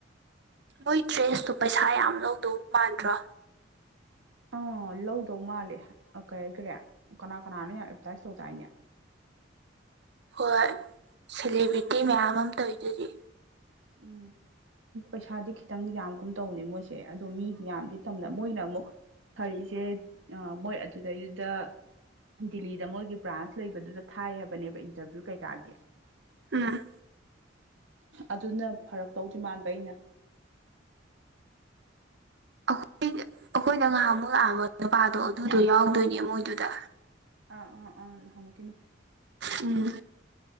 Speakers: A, on the right; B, on the right.
A: ꯃꯣꯏ ꯗ꯭ꯔꯦꯁꯇꯨ ꯄꯩꯁꯥ ꯌꯥꯝ ꯂꯧꯗꯧ ꯃꯥꯟꯗ꯭ꯔꯣ
B: ꯑꯥ ꯂꯧꯗꯧ ꯃꯥꯜꯂꯦ ꯑ ꯀꯔꯤ ꯍꯥꯏꯒ꯭ꯔꯦ ꯀꯅꯥ ꯀꯅꯥꯅꯣ ꯌꯥꯝ ꯑꯦꯗꯚꯔꯇꯥꯏꯁ ꯇꯧꯗꯥꯏꯅꯦ
A: ꯍꯣꯏ ꯁꯦꯂꯦꯕ꯭ꯔꯤꯇꯤ ꯃꯌꯥꯝ ꯑꯃ ꯇꯧꯋꯤꯗꯨꯗꯤ
B: ꯎꯝ ꯄꯩꯁꯥꯗꯤ ꯈꯤꯇꯪꯗꯤ ꯌꯥꯝꯒꯨꯝ ꯇꯧꯕꯅꯦ ꯃꯣꯏꯁꯦ ꯑꯗꯣ ꯃꯤꯗꯤ ꯌꯥꯝꯗꯤ ꯇꯝꯗ ꯃꯣꯏꯅ ꯑꯃꯨꯛ ꯐꯔꯤꯁꯦ ꯃꯣꯏ ꯑꯗꯨꯗꯩꯗꯨꯗ ꯗꯤꯜꯂꯤꯗ ꯃꯣꯏꯒꯤ ꯕ꯭ꯔꯥꯟꯁ ꯂꯩꯕꯗꯨꯗ ꯊꯥꯏ ꯍꯥꯏꯕꯅꯦꯕ ꯏꯟꯇꯔꯚꯤꯌꯨ ꯀꯩꯀꯥꯒꯤ
A: ꯎꯝ
B: ꯑꯗꯨꯅ ꯐꯔꯛꯇꯧꯗꯤ ꯃꯥꯟꯕ ꯑꯩꯅ
A: ꯑꯈꯣꯏꯗ ꯑꯩꯈꯣꯏꯗ ꯉꯍꯥꯟꯃꯨꯛ ꯂꯥꯛꯑꯝꯕ ꯅꯨꯄꯥꯗꯣ ꯑꯗꯨꯗꯣ ꯌꯥꯎꯗꯣꯏꯅꯦ ꯃꯣꯏꯗꯨꯗ
B: ꯑꯥ ꯑꯥ ꯑꯥ ꯅꯍꯥꯟꯃꯨꯛ
A: ꯎꯝ